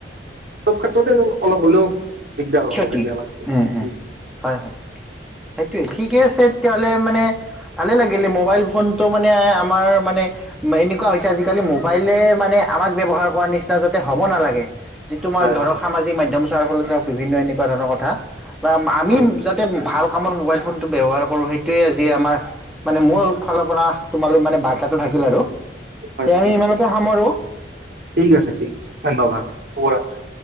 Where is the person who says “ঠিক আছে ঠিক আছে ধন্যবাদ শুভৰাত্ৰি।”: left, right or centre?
Right